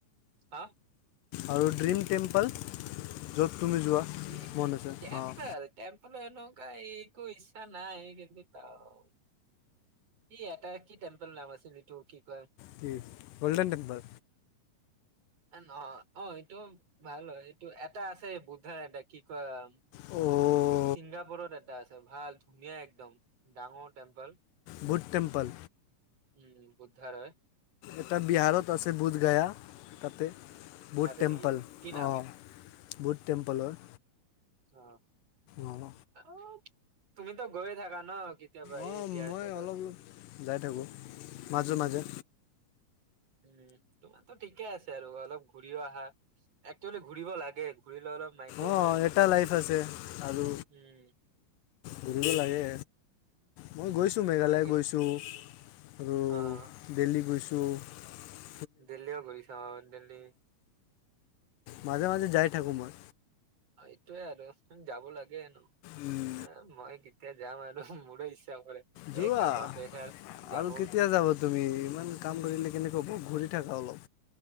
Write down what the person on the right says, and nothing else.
হা।
ড্ৰিম
টেম্পল
টেম্পল মানে, তাৰ একো ইচ্ছা নাই। <unintelligible> ই এটা কি টেম্পল নাম আছিল তোৰ কি কয়
অ' অ' এইটো ভাল হয় এইটো এটা আছে বুদ্ধাৰ এটা কি কয়?
ছিংগাপুৰত এটা আছে ভাল ধুনীয়া একদম ডাঙৰ টেম্পল
উম বুদ্ধাৰয়,
আছে
নেকি কি নাম
অ'
অ'। তুমিতো গৈ থাকা ন কি কেতিয়াবা
এই বিহাৰ
চাইডত।
উম, তোমাৰো ঠিকে আছে আৰু অলপ ঘূৰিও আহা। একচেলি ঘুৰিব লাগে ফুৰিলে অলপ মাইণ্ডটো
ফ্ৰেছ
হয়।
উম।
ঘূৰিব
লাগে।
অ',
দিল্লীও ঘূৰি চাৱ দিল্লী।
সৈইটোয়ে আৰু। যাব লাগে ন,
এ মই কি কেতিয়া যাম আৰু, মোৰে ইচ চ্ছা কৰে,
এই কামৰ প্ৰেছাৰ যাবও